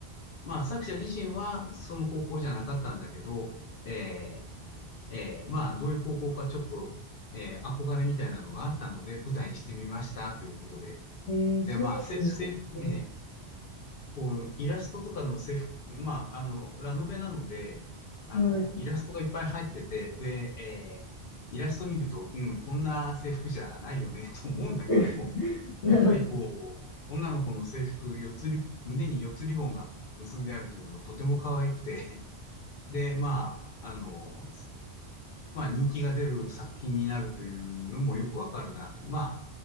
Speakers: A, on the left; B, on the left.
A: まあ、作者自身はその高校じゃなかったんだけど、えーえーまあ、どういう高校かちょっと、えー憧れみたいなのがあったので、舞台にしてみました、ということで。
B: えーそうなんですね。
A: で、まあ、えーせ、せ、えーこう、イラストとかの制服、まあ、あの、ラノベなので、あの、
B: はい。
A: イラストがいっぱい入ってて、で、えーイラスト見ると、うん、こんな制服じゃないよね、<laughs> と思うんだけど、
B: <laughs> なるほど。
A: やっぱりこう、女の子の制服、四つり、胸に四つリボンが結んであるというのがとても可愛くて、で、まあ、あの、まあ人気が出る作品になるというのもよくわかるなと。まあ、